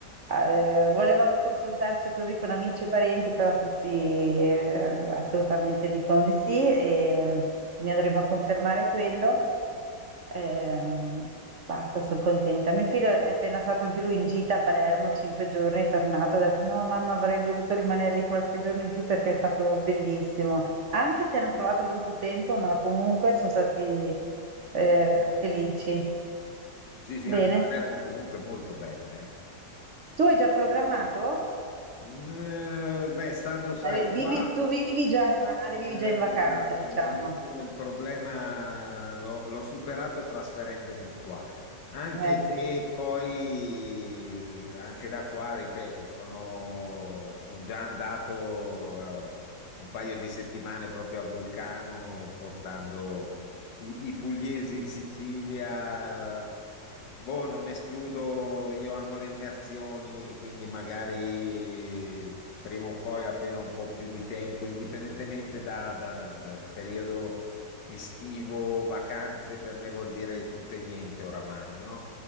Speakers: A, on the right; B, on the left.
A: ah, eh, volevamo confrontarci così con amici e parenti, però tutti eh, assolutamente dicono di sì e mm, quindi andremo a confermare quello. Ehm, basta, sono contenta. Mio figlio è appena stato anche lui in gita a Palermo, cinque giorni, è tornato, ha detto no mamma avrei voluto rimanere lì qualche giorno in più perché è stato bellissimo. Anche se hanno trovato brutto tempo, ma comunque sono stati eh,
B: Eh,
A: felici.
B: Sì, sì,
A: Bene.
B: anche Palermo comunque è molto bella. eh.
A: Tu hai già programmato?
B: Mm, eh, beh, stando, sai,
A: Eh, vivi-
B: qua,
A: tu vivi già al mare,
B: eh,
A: vivi già in vacanza,
B: esatto,
A: diciamo.
B: io il problema l'ho l'ho superato trasferendomi qua, anche
A: Ecco,
B: se poi, eh, anche da qua, ripeto, sono, son già andato, eh, un paio di settimane proprio a Vulcano portando i, i pugliesi in Sicilia. Boh, non escludo, io amo le immersioni, quindi magari prima o poi, appena un po' più di tempo, indipendentemente da- da- dal periodo estivo, vacanze, per me vuol dire tutto e niente oramai, no?